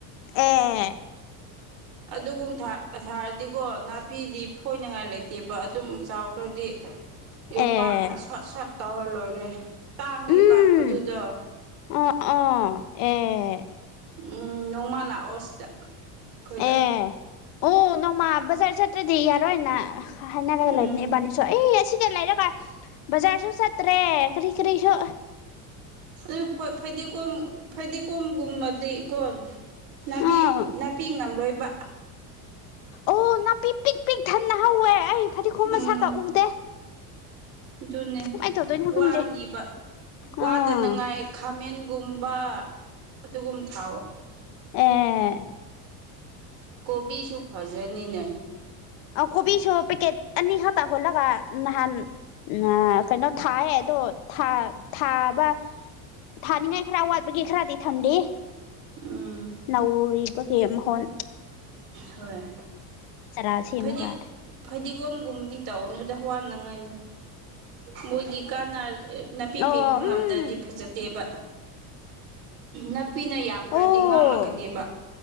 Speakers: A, on the left (about 55°); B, on the right (about 60°).
A: ꯑꯦ
B: ꯑꯗꯨꯒꯨꯝ ꯊꯥꯔꯗꯤꯀꯣ ꯅꯥꯄꯤꯗꯤ ꯐꯣꯏꯅꯉꯥꯏ ꯂꯩꯇꯦꯕ ꯑꯗꯨꯝ ꯆꯥꯎꯈ꯭ꯔꯗꯤ ꯌꯣꯄꯥꯛꯅ
A: ꯑꯦ
B: ꯁꯣꯠ ꯁꯣꯠ ꯇꯧꯔ ꯂꯣꯏꯔꯦ ꯇꯥꯡꯉꯦꯕ
A: ꯎꯝ
B: ꯑꯗꯨꯗꯣ
A: ꯑꯣ ꯑꯣ ꯑꯦ
B: ꯎꯝ ꯅꯣꯡꯃ ꯂꯥꯛꯑꯣ ꯁꯤꯗ ꯑꯩꯈꯣꯏꯗ
A: ꯑꯦ ꯑꯣ ꯅꯣꯡꯃ ꯕꯖꯥꯔ ꯆꯠꯇ꯭ꯔꯗꯤ ꯌꯥꯔꯣꯏꯅ ꯍꯥꯏꯅꯔꯒ
B: ꯎꯝ
A: ꯂꯩꯕꯅꯦ ꯏꯕꯥꯅꯤꯁꯨ ꯑꯩ ꯑꯁꯤꯗ ꯂꯩꯔꯒ ꯕꯖꯥꯔꯁꯨ ꯆꯠꯇ꯭ꯔꯦ ꯀꯔꯤ ꯀꯔꯤꯁꯨ
B: ꯑꯗꯨ ꯐꯩꯗꯤꯒꯣꯝ ꯐꯗꯤꯒꯣꯝꯒꯨꯝꯕꯗꯤ ꯭ꯀꯣꯟ ꯅꯥ
A: ꯑꯥ
B: ꯅꯥꯄꯤ ꯉꯝꯂꯣꯏꯕ
A: ꯑꯣ ꯅꯥꯄꯤꯛ ꯄꯤꯛ ꯄꯤꯛ ꯊꯟꯅ ꯍꯧꯋꯦ ꯑꯩ ꯐꯗꯤꯈꯣꯝ
B: ꯎꯝ
A: ꯃꯁꯥ ꯀꯛ ꯎꯗꯦ
B: ꯑꯗꯨꯅꯦ
A: ꯀꯃꯥꯏꯅ ꯇꯧꯗꯣꯏꯅꯣ ꯈꯪꯗꯦ
B: ꯋꯥꯅꯤꯕ ꯋꯥꯗꯅꯉꯥꯏ
A: ꯑꯥ
B: ꯈꯥꯃꯦꯟ ꯒꯨꯝꯕ ꯑꯗꯨꯒꯨꯝ ꯊꯥꯎꯑꯣ
A: ꯑꯦ
B: ꯀꯣꯕꯤꯁꯨ ꯐꯖꯅꯤꯅꯦ
A: ꯑ ꯀꯣꯕꯤꯁꯨ ꯄꯦꯛꯀꯦꯠ ꯑꯅꯤ ꯈꯇ ꯍꯂꯒ ꯅꯍꯥꯟ ꯑ ꯀꯩꯅꯣ ꯊꯥꯏ ꯑꯗꯣ ꯊꯥꯕ ꯊꯥꯅꯤꯡꯉꯥꯏ ꯈꯔ ꯑꯋꯥꯠꯄꯒꯤ ꯈꯔꯗꯤ ꯊꯝꯗ
B: ꯎꯝ
A: ꯅꯧꯔꯤꯕꯒꯤꯦ ꯃꯍꯣꯟ
B: ꯍꯣꯏ
A: ꯆꯔꯥ ꯁꯦꯝꯃꯒ
B: ꯐꯗꯤ ꯐꯗꯤꯒꯣꯝꯒꯨꯝꯕꯗꯤ ꯇꯧꯅꯨꯗ ꯋꯥꯅꯤꯡꯉꯥꯏꯅꯤ ꯃꯣꯏꯗꯤ ꯀꯥꯟꯅ ꯅꯥꯄꯤ
A: ꯑꯣ
B: ꯄꯦꯡꯕ
A: ꯎꯝ
B: ꯉꯝꯗ꯭ꯔꯗꯤ ꯐꯖꯗꯦꯕ ꯅꯨꯄꯤꯅ ꯌꯥꯝꯈ꯭ꯔꯗꯤ
A: ꯑꯣ
B: ꯉꯥꯡꯂꯛꯀꯅꯦꯕ